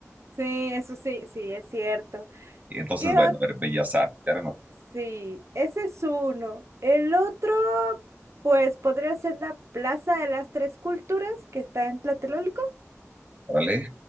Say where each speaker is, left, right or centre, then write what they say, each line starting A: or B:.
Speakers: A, on the right (about 60°); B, on the right (about 30°).
A: Sí, eso sí, sí, es cierto.
B: Y entonces,
A: ¿Qué
B: bueno,
A: ot-
B: a ver, Bellas Artes, ya no,
A: Sí, ese es uno. El otro, pues podría ser la Plaza de las Tres Culturas, que está en Tlatelolco,
B: órale.